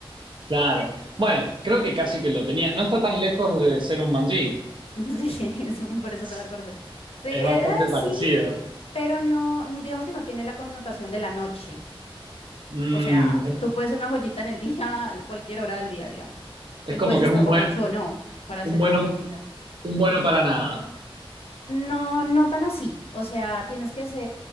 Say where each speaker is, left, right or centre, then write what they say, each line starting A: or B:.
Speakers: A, on the right; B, on the left.
A: Claro. Bueno, creo que casi que lo tenía. No está tan lejos de ser un manjín.
B: <laughs> Sí, es- por eso
A: Es
B: me acordé. Sí,
A: es bastante
B: eh, ah,
A: parecido.
B: sí, pero no, digamos que no tiene la connotación de la noche.
A: Mm,
B: O sea,
A: es,
B: tú puedes ser una joyita en el día, <laughs> a cualquier hora del día, digamos.
A: es
B: Eh,
A: como
B: Puedes
A: que
B: estar
A: es un
B: borracho
A: buen,
B: o no para
A: un
B: ser
A: bueno,
B: una joyita.
A: un bueno para nada.
B: No, no tan así. O sea, tienes que ser,